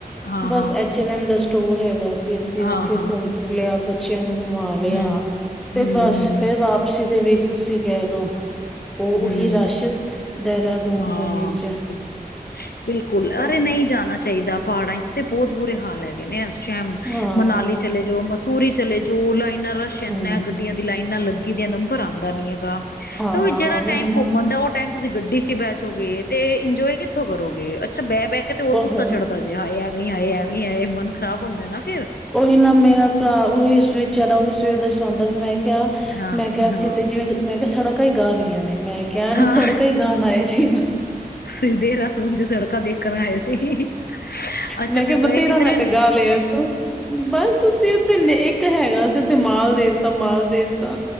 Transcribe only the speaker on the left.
ਹਾਂ
ਹਾਂ
ਹਾਂ
ਹਾਂ
ਹੂੰ,
ਹੂੰ,
ਹੂੰ,
ਹੂੰ
ਹਾਂ
ਬਿਲਕੁਲ ਬਿਲਕੁਲ
ਅਰੇ ਨਹੀਂ ਜਾਣਾ ਚਾਹੀਦਾ। ਪਹਾੜਾਂ ਵਿਚ ਤੇ ਬਹੁਤ ਬੁਰੇ ਹਾਲ ਹੈਗੇ ਨੇ ਇਸ ਟਾਈਮ
ਮਨਾਲੀ ਚਲੇ ਜਾਓ ਮਸ ਊਰੀ ਚਲੇ ਜੋ ਲਾਈ। ਇੰਨਾ ਰਸ਼ ਐਨਾ
ਹੈ ਗੱਡੀਆਂ ਦੀ ਲਾਈਨਾਂ ਲੱਗ ਗੀ ਦਾ ਨੰਬਰ ਆਉਂਦਾ ਨੀ ਹੈਗਾ।
ਹਾ ਜਿਹੜਾ
ਟਾਈਮ
ਘੁੰਮਣ ਦਾ ਉਹ ਟਾਈਮ ਤੁਸੀਂ ਗੱਡੀ ਚ ਬੈਚੋਗੇ ਤੇ ਇੰਜੋਏ ਕਿੱਥੋਂ ਕਰੋਗੇ ਅੱਛਾ ਬੈ ਬਹਿ ਕੇ ਤੇ ਹੋਰ
ਗੁੱਸਾ
ਚੜਦਾ ਜੇ ਹਾਏ ਐ ਵੀ ਆਏ ਇਹ ਵੀ ਆਏ ਓਏ ਖਰਾਬ ਹੁੰਦਾ ਨਾ। <inaudible>
ਹਾਂ,
ਹਾਂ,
ਹਾਂ
ਤੁਸੀਂ ਦੇਹਰਾਦੂਨ ਦੀ ਸੜਕਾਂ ਦੇਖਣ ਆਏ ਸੀ ਅੱਛਾ
ਫੇਰ
ਗਏ ਕਿੱਧਰੇ
ਨੀ।